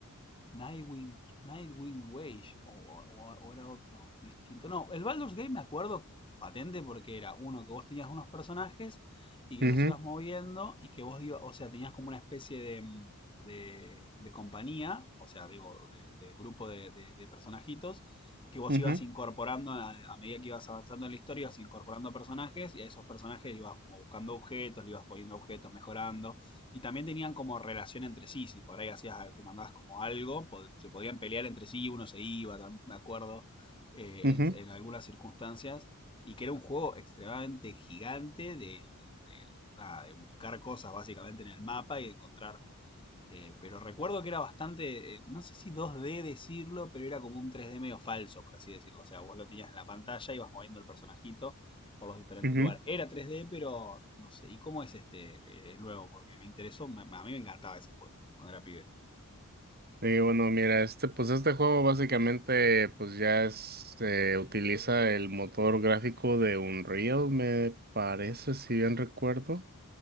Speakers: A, on the left (about 25°); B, on the right (about 45°).
A: Nightwing, Nightwing Wage o, o- o era otro distinto. No, el Baldur's Gate me acuerdo patente porque era uno que vos tenías unos personajes y que
B: ujú,
A: los ibas moviendo y que vos ibas, o sea, tenías como una especie de, mm, de, de compañía, o sea, digo, de, de grupo de, de- de personajitos que vos
B: ujú,
A: ibas incorporando a, a medida que ibas avanzando en la historia, ibas incorporando personajes y a esos personajes ibas como buscando objetos, le ibas poniendo objetos, mejorando y también tenían como relación entre sí, si por ahí hacías, te mandabas como algo, se podían pelear entre sí, uno se iba, tam- me acuerdo, eh,
B: ujú,
A: en, en algunas circunstancias, y que era un juego extremadamente gigante de, de- de- nada, de buscar cosas básicamente en el mapa y de encontrar eh, pero recuerdo que era bastante, eh, no sé si 2D decirlo, pero era como un 3D medio falso, por así decirlo. O sea, vos lo tenías en la pantalla, ibas moviendo el personajito por los diferentes
B: ujú.
A: lugares. Era 3D, pero no sé. ¿Y cómo es este eh, el nuevo? Porque me interesó, me- a mí me encantaba ese juego cuando era pibe.
B: Y bueno, mira, este, pues este juego básicamente pues ya es, eh, utiliza el motor gráfico de Unreal, me parece, si bien recuerdo.